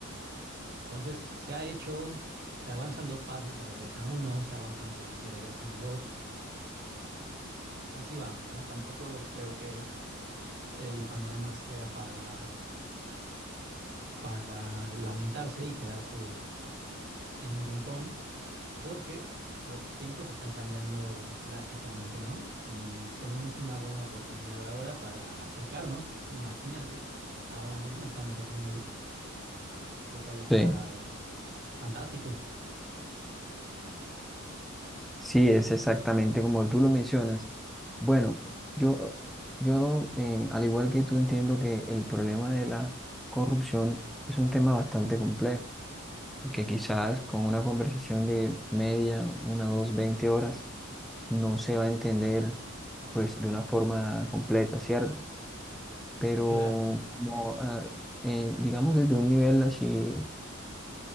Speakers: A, on the right; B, in the centre.
A: Entonces, se ha hecho, se avanzan dos pasos, se regresa uno, se avanzan tres y se regresan dos. Así vamos, ¿no? Tampoco creo que el panorama sea para, para lamentarse y quedarse en un rincón porque los tiempos están cambiando drásticamente, ¿no? Y tenemos una buena oportunidad ahora para acercarnos, imagínate, ahora mismo estamos haciéndolo, lo cual está
B: Sí,
A: fantástico.
B: sí, es exactamente como tú lo mencionas. Bueno, yo, yo eh, al igual que tú entiendo que el problema de la corrupción es un tema bastante complejo y que quizás con una conversación de media, una, dos, veinte horas, no se va a entender pues de una forma completa, ¿cierto? Pero
A: Claro,
B: como ah, en- digamos desde un nivel así